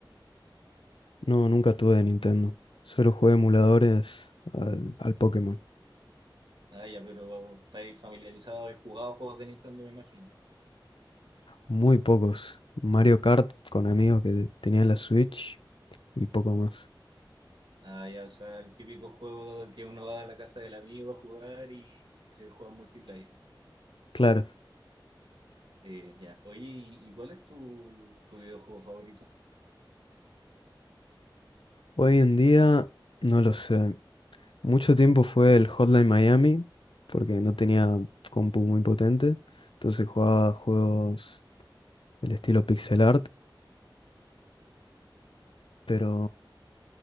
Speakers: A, on the left; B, on the right.
A: No, nunca tuve de Nintendo. Solo jugué emuladores al, al Pokémon.
B: Ah, ya, pero estáis familiarizados, y jugado juegos de Nintendo, me imagino.
A: Muy pocos. Mario Kart con amigos que tenían la Switch y poco más.
B: Ah, ya, o sea, el típico juego que uno va a la casa del amigo a jugar y le juega multiplayer.
A: Claro,
B: Eh, ya. Oye, ¿y y cuál es tu, tu videojuego favorito?
A: hoy en día no lo sé. Mucho tiempo fue el Hotline Miami porque no tenía compu muy potente. Entonces jugaba juegos del estilo pixel art. Pero